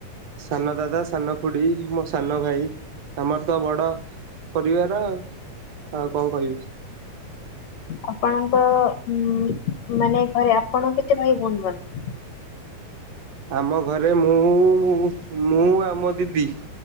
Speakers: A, on the right; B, on the left.
A: ସାନ ଦାଦା ସାନ ଖୁଡି ମୋ ସାନ ଭାଇ ଆମର ତ ବଡ ପରିବାର ଆଉ ଆଉ କଣ କହିବି।
B: ଆପଣଙ୍କ ଉଁ ମାନେ ଘରେ ଆପଣ କେତେ ଭାଇ ଭଉଣୀ ବନ୍ଧୁ।
A: ଆମ ଘରେ ମୁଁ ମୁଁ ଆ ମୋ ଦିଦି